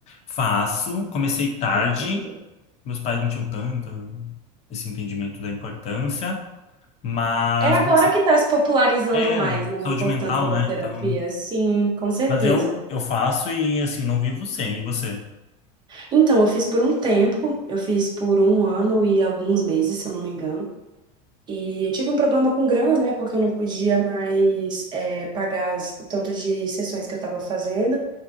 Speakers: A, on the left (about 35°); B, on the right (about 20°).
A: Faço, comecei tarde,
B: Que tudo.
A: meus pais não tinham tanto esse entendimento da importância, mas
B: É agora
A: comecei-
B: que tá se popularizando
A: é
B: mais, né,
A: saúde
B: a importância
A: mental,
B: da
A: né?
B: terapia.
A: Então,
B: Sim, com certeza.
A: mas eu eu faço e assim não vivo sem. E você?
B: Então, eu fiz por um tempo, eu fiz por um ano e alguns meses, se eu não me engano. E tive um problema com grana, né? Porque eu não podia mais eh, pagar as- o tanto de sessões que eu tava fazendo.